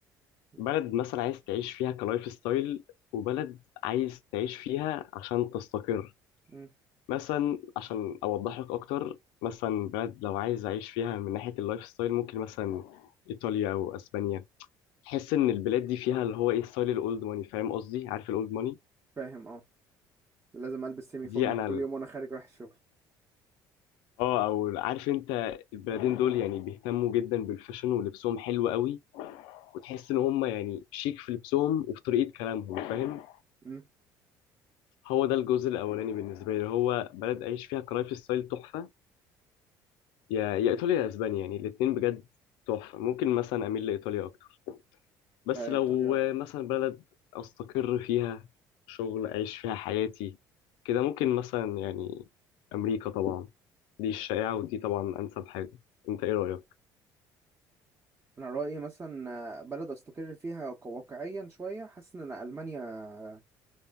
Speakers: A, on the right; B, on the left.
A: مم.
B: بلد مثلا عايز تعيش فيها كلايف ستايل وبلد عايز تعيش فيها عشان تستقر
A: مم.
B: مثلا عشان أوضح لك أكتر مثلا بلد لو عايز أعيش فيها من ناحية اللايف ستايل ممكن مثلا إيطاليا أو أسبانيا تحس إن البلاد دي فيها اللي هو إيه ستايل الأولد ماني فاهم قصدي عارف الأولد ماني
A: فاهم اه لازم البس سيمي فورمال
B: دي أنا
A: كل
B: ال-
A: يوم وانا خارج رايح الشغل
B: اه او عارف انت البلدين دول يعني بيهتموا جدا بالفاشن ولبسهم حلو قوي وتحس ان هم يعني شيك في لبسهم وفي طريقه كلامهم فاهم
A: مم.
B: هو ده الجزء الاولاني بالنسبه لي اللي هو بلد اعيش فيها كلايف ستايل تحفه يا يا ايطاليا يا اسبانيا يعني الاثنين بجد تحفه ممكن مثلا اميل لايطاليا اكتر بس
A: لا
B: لو
A: يا طريقة
B: مثلا بلد استقر فيها شغل اعيش فيها حياتي كده ممكن مثلا يعني امريكا طبعا دي الشائعه ودي طبعا انسب حاجه انت ايه رايك
A: انا رأيي مثلا آه، بلد استقر فيها واقعيا شوية حاسس ان أنا المانيا